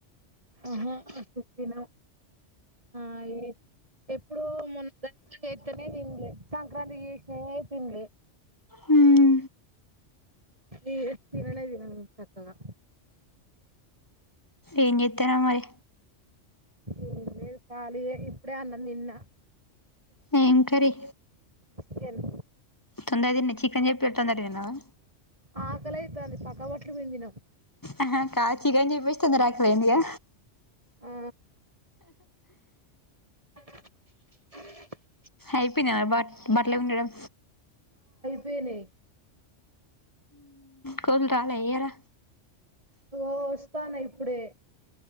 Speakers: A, on the right; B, on the left.
A: ఉహూ <unintelligible> ఆ ఏ ఎప్పుడో మొన్న <inaudible> ఏత్తనే దిన్లే, సంక్రాంతి చేసినయే తిన్లే.
B: హూ
A: ఈ ఏ తిననేే తినను సక్కగా
B: ఏం జేత్తనవ్ మరి
A: ఏం లేదు ఖాళీయే ఇప్పుడే అన్నం దిన్న
B: ఏం కర్రి
A: కెన్
B: తొందర తిన్ని చికెన్ జెప్పి తొందర తిన్నావా
A: ఆకలి అయితాంది పక్క బట్టలు విండిన
B: అహా కాదు చికన్ చెప్పేసి తొందర ఆకలైందిగా
A: ఆ <inaudible>
B: అయిపినయ బ బట్లు విండడం
A: పెనై
B: కోళ్ రాలే ఇయ్యాల
A: ఓ ఒస్తాన్న ఇప్పుడే